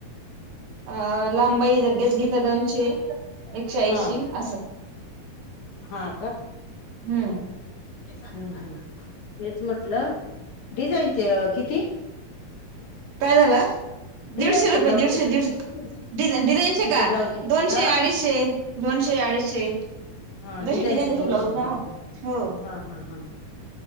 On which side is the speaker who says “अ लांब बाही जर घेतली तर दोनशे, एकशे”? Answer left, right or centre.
Right